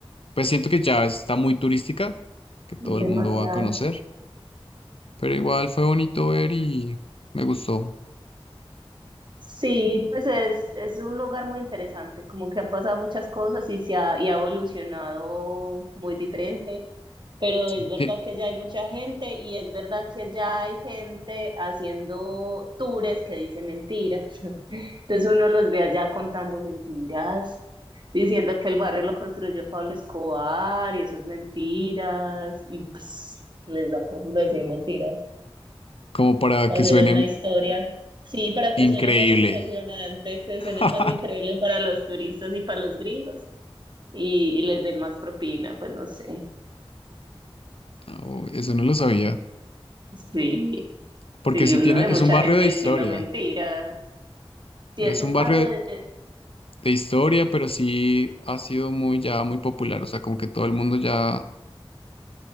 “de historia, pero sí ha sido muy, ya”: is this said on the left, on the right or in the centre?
Left